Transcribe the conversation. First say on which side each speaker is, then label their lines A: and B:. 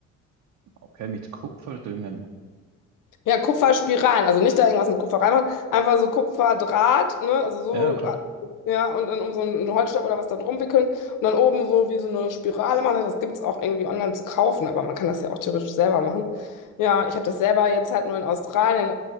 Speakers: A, on the right; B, on the left.
A: Okay, mit Kupfer düngen.
B: Ja, Kupferspiralen, also nicht da irgendwas mit Kupfer reinmachen, einfach so Kupferdraht, ne? Also so,
A: Ja, klar.
B: ja, und dann um so einen Holzstab oder was da drum wickeln und dann oben so wie so eine Spirale machen. Das gibt es auch irgendwie online zu kaufen, aber man kann das ja auch theoretisch selber machen. Ja, ich habe das selber jetzt halt nur in Australien